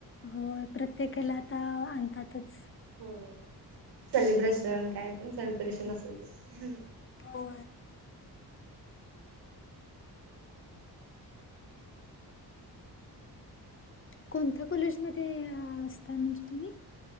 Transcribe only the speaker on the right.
हो सेलिब्रेशन
काय पण सेलिब्रेशन असू दे.